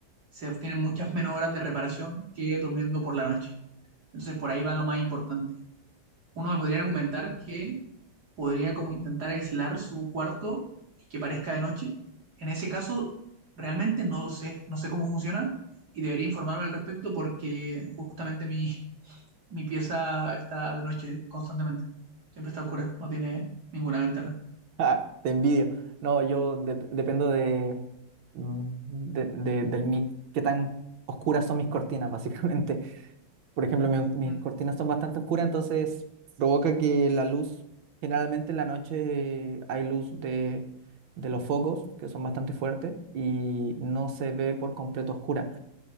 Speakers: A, on the right (about 55°); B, on the right (about 80°).
A: se obtienen muchas menos horas de reparación que durmiendo por la noche. Entonces, por ahí va lo más importante uno me podría argumentar que podría como intentar aislar su cuarto y que parezca de noche. En ese caso, realmente no lo sé, no sé cómo funciona y debería informarme al respecto porque justamente mi, <laughs> mi pieza está de noche constantemente. Siempre está oscura, no tiene ninguna ventana.
B: Ah, te envidio. No, yo dep- dependo de, mm, de, de- del mi- qué tan oscuras son mis cortinas, <laughs> básicamente. por ejemplo, mi- mis
A: Mm.
B: cortinas son bastante oscuras, entonces provoca que la luz, generalmente en la noche hay luz de, de los focos, que son bastante fuertes, y no se ve por completo oscura.